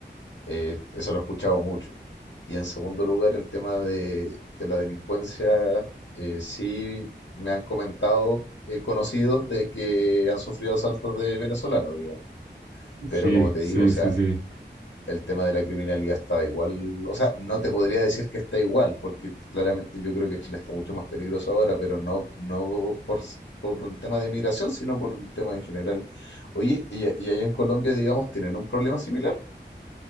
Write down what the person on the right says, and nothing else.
Sí,
sí,
sí, sí.